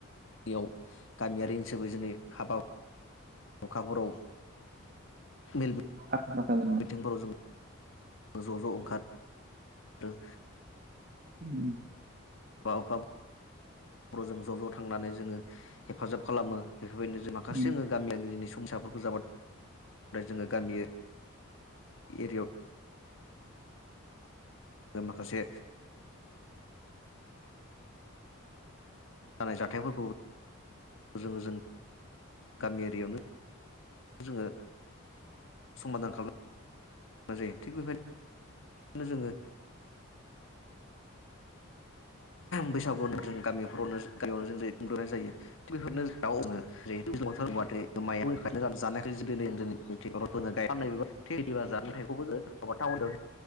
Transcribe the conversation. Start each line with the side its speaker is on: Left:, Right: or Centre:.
Left: याव गामियारि हिनसाबै जोंनि हाबा हुखाफोराव। मेल
Right: आखा फाखा <unintelligible>
Left: मिथिंफोराव जों ज' ज' ओंखारदों।
Right: उम।
Left: बाफ्राव। बर' जों ज' ज' थांनानै जोङो हेफाजाब खालामो बेफोरबायदिनो जों माखासे
Right: उम
Left: जोङो गामियारि संसाफोरखौ जाब जोङो गामि। एरियाव। जों माखासे। जानाय जाथायफोरखौ जों जों गामि एरियायावनो जोङो समादान खालामनाय जायो थिग बेबायनो बेनो जोङो बैसागुनो जों गामिफोरावनो गामियावनो जों उन्दुनाय जायो थि बेफोरनो दाव आङो थार म <inaudible> जानाय जुदि <unintelligible> नो गायनाय थैदिबा जथाइखौबो <unintelligible>